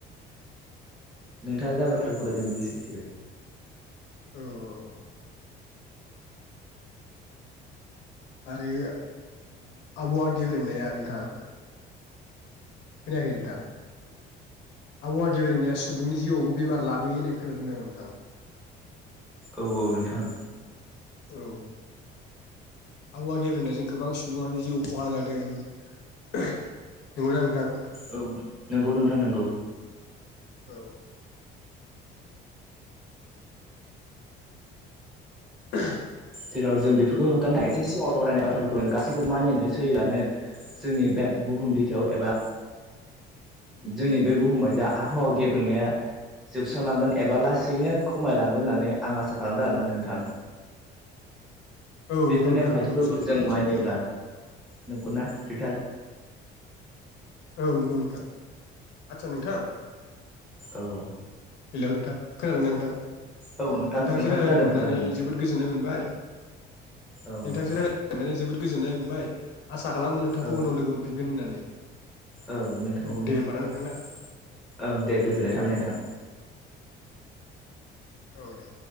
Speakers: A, in the centre; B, on the left (about 75°).
A: नोंथाङा जा बाथ्राखौ लादों बे सैथो।
B: औ औ औ। आरो आबहावा गेब्रेंनाया नोंथां खोनायाखै नोंथां? आबहावा गेब्रेंनाया सुबुंनि जिउआवबो बेमार लाबोयो होननाय खोनादों आं नोंथां।
A: औ औ नोंथां।
B: औ। आबहावा गेब्रेनायजों गोबां सुबुङानो जिउ खहा जादों। ओहो नंगौना नोंथां?
A: औ न नंगौ नोंथां नंगौ।
B: औ। <unintelligible>
A: जेराव जों बेफोरखौ होबथानो थाखाय एसे सिगाङाव सावरायनाय बाथ्राफोरखौ जों गासैखौबो मानिनानै सोलिबानो जोंनि बे बुहुम बिखायाव एबा जोंनि बे बुहुमाव जा आबहावा गेब्रेंनाया जोबस्रांलांगोन एबा लासैनो खमायलांगोन होननानै आं आसा खालामदों आरोना नोंथां।
B: औ
A: बेफोर
B: नंगौ नोंथां
A: नेमखान्थिफोरखौ
B: नंगौ सैथो
A: जों
B: बेयो
A: मानियोब्ला
B: सैथो
A: नंगौना नोंथां?
B: औ नंगौ नोंथां। आदसा नोंथां
A: औ औ।
B: हेलौ नोंथां खोनादों ना नोंथां?
A: औ नोंथां
B: नोंथांजों
A: नोंथां
B: रायलायनो
A: खोनादों
B: मोननानै
A: खोनादों
B: जोबोद गोजोननाय मोनबाय
A: औ
B: नोंथांजों
A: नोंथां
B: रायलायनानै जोबोद गोजोननाय म बाय आसा खालामो नोंथांखौ
A: औ
B: उनाव लोगो मोनफिनगोन होननानै।
A: औ नोंथां
B: औ दे होमबा ना नोंथां ना
A: <inaudible> ओं दे गोजोननाय थाबाय नोंथां।
B: औ दे।